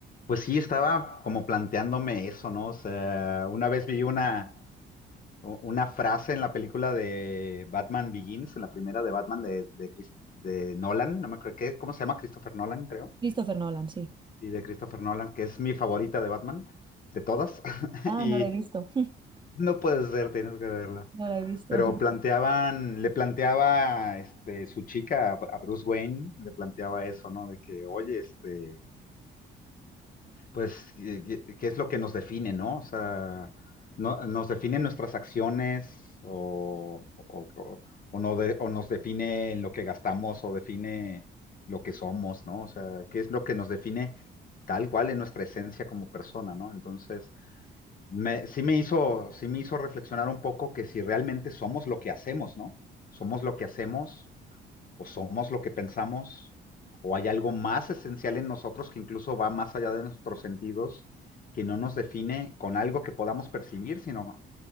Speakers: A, on the left; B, on the right.
A: Pues sí, estaba como planteándome eso, ¿no? O sea, una vez vi una, u- una frase en la película de Batman Begins, en la primera de Batman de, de, Chris- de Nolan, no me acuerdo qué, ¿cómo se llama? Christopher Nolan, creo.
B: Christopher Nolan, sí.
A: Sí, de Christopher Nolan, que es mi favorita de Batman, de todas. <laughs>
B: Ah,
A: Y
B: no la he visto. <laughs>
A: no puede ser, tienes que verla.
B: No la he visto.
A: Pero planteaban, le planteaba este, su chica a a Bruce Wayne, le planteaba eso, ¿no? De que, oye, este Pues, ¿qué qué es lo que nos define, no? O sea, no, ¿nos definen nuestras acciones o, o, o- o no de- o nos define en lo que gastamos o define lo que somos, ¿no? O sea, ¿qué es lo que nos define tal cual en nuestra esencia como persona, ¿no? Entonces, me, sí me hizo, sí me hizo reflexionar un poco que si realmente somos lo que hacemos, ¿no? Somos lo que hacemos o somos lo que pensamos, o hay algo más esencial en nosotros que incluso va más allá de nuestros sentidos, que no nos define con algo que podamos percibir, sino